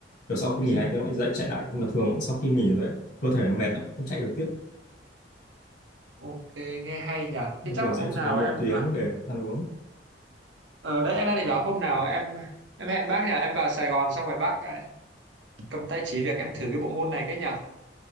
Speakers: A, on the left; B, on the right.
A: kiểu sau khi
B: <laughs>
A: nghỉ hai tiếng lại dậy chạy lại mà thường ấy, sau khi nghỉ rồi ấy, cơ thể nó mệt lắm không chạy được tiếp
B: Ok nghe hay nhỉ
A: nên
B: thế chắc
A: thường
B: là
A: sẽ
B: hôm
A: chỉ
B: nào
A: có một
B: em
A: tiếng để ăn uống
B: ở đấy em đang định bảo hôm nào em em hẹn bác nhỉ em vào Sài Gòn xong rồi bác lại cầm tay chỉ việc em thử cái bộ môn này cái nhỉ